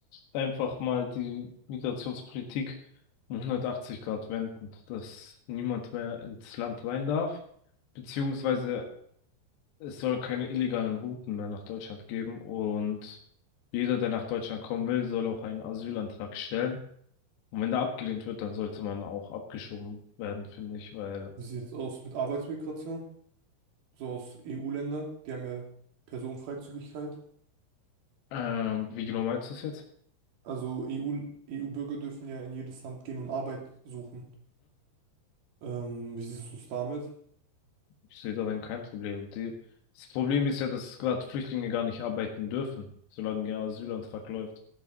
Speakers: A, on the left (about 70°); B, on the right (about 55°).
A: einfach mal die Migrationspolitik um 180 Grad wenden, dass niemand mehr ins Land rein darf, beziehungsweise es soll keine illegalen Routen mehr nach Deutschland geben und jeder, der nach Deutschland kommen will, soll auch einen Asylantrag stellen. Und wenn der abgelehnt wird, dann sollte man auch abgeschoben werden, finde ich, weil,
B: Wie sieht es aus mit Arbeitsmigration? So aus EU-Ländern, die haben ja Personenfreizügigkeit.
A: ähm, wie genau meinst du es jetzt?
B: Also EU, EU-Bürger dürfen ja in jedes Land gehen und Arbeit suchen. Ähm, wie siehst du es damit?
A: Ich sehe darin kein Problem. Die, das Problem ist ja, dass gerade Flüchtlinge gar nicht arbeiten dürfen, solange ihr Asylantrag läuft.